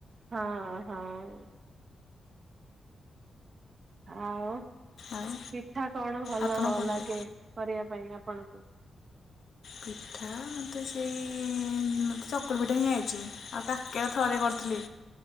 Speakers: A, on the right; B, on the left.
A: ହଁ ହଁ। ଆଉ
B: ଆଉ
A: ପିଠା କଣ ଭଲ
B: ଆପଣ କରିବେ।
A: ଲାଗେ? କରିବା ପାଇଁ ଆପଣଙ୍କୁ।
B: ପିଠା ମୋତେ ସେଇ ମତେ ଚକୁଳି ପିଠା ହିଁ ଆଇଚି। ଆଉ କା କେରା ଥରେ କରିଥିଲି।